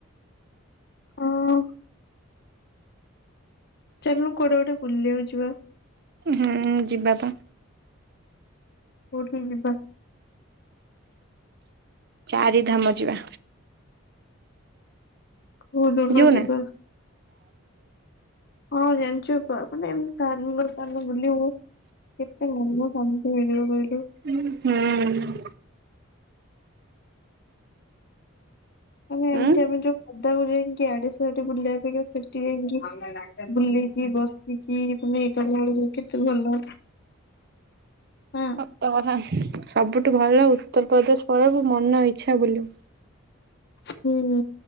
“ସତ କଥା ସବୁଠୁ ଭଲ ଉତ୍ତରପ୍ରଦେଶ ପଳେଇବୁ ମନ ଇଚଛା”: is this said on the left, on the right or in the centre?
Right